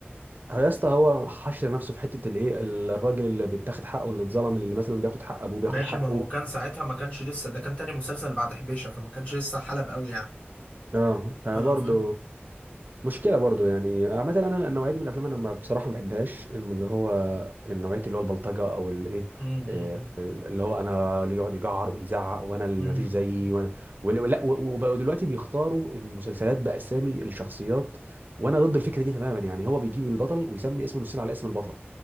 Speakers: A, on the right; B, on the left.
A: هو يا اسطى هو حشر نفسه في حته الايه الراجل اللي بيتاخد حقه اللي اتظلم اللي مثلا بياخد حق ابوه بياخد
B: ماشي
A: حقه
B: ما هو كان ساعتها ما كانش لسه ده كان تاني مسلسل بعد حبيشة فما كانش لسه حلب قوي يعني
A: اه فبرضه
B: اه فاهم
A: مشكله برضو يعني عامه انا النوعيه دي من الافلام انا ما بصراحه ما بحبهاش الم- اللي هو النوعيه اللي هو البلطجه او الايه
B: امم
A: إيه، آه، اللي هو انا اللي يقعد يجعر ويزعق وانا اللي
B: امم
A: ما فيش زيي وانا ولا لا، و- وبقوا دلوقتي بيختاروا المسلسلات باسامي الشخصيات وانا ضد الفكره دي تماما يعني هو بيجيب البطل ويسمي اسم المسلسل على اسم البطل